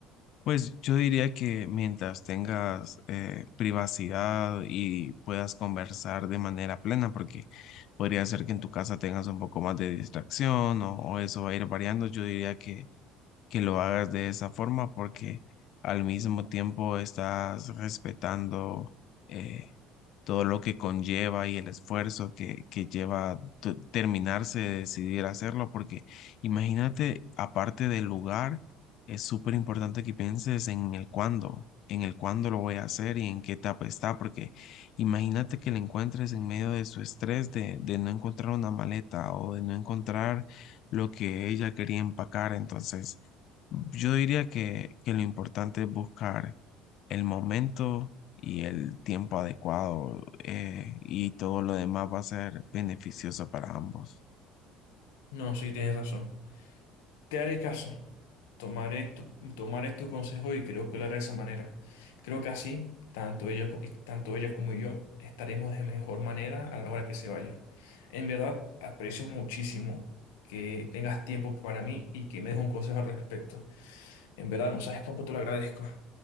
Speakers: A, on the left; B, on the left.
A: Pues yo diría que mientras tengas eh, privacidad y puedas conversar de manera plena, porque podría ser que en tu casa tengas un poco más de distracción o, o eso va a ir variando, yo diría que que lo hagas de esa forma porque al mismo tiempo estás respetando eh, todo lo que conlleva y el esfuerzo que, que lleva tu- terminarse de decidir hacerlo porque imagínate, aparte del lugar, es súper importante que pienses en el cuándo. en el cuándo lo voy a hacer y en qué etapa está, porque imagínate que lo encuentres en medio de su estrés de, de no encontrar una maleta o de no encontrar lo que ella quería empacar, entonces yo diría que, que lo importante es buscar el momento y el tiempo adecuado eh, y todo lo demás va a ser beneficioso para ambos.
B: No, sí, tienes razón. Te haré caso. Tomaré tu, tomaré tu consejo y creo que lo haré de esa manera. Creo que así, tanto ella, co- y- tanto ella como yo estaremos de mejor manera a la hora que se vaya. En verdad, aprecio muchísimo que tengas tiempo para mí y que me des un consejo al respecto. En verdad, no sabes cuánto te lo agradezco.